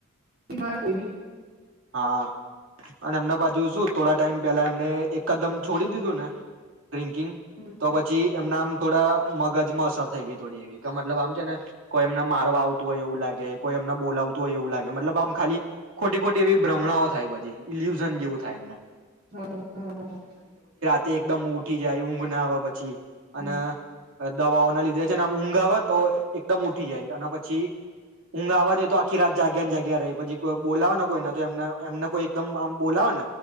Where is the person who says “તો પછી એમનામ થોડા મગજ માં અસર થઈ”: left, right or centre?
Right